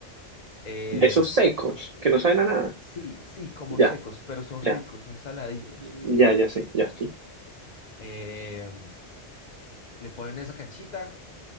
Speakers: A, on the left; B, on the right.
A: Eh,
B: De esos secos, que no saben a nada.
A: sí, sí, como
B: Ya,
A: secos, pero son
B: ya,
A: ricos, son saladitos.
B: ya, ya sé, ya sí.
A: Eh, le ponen esa canchita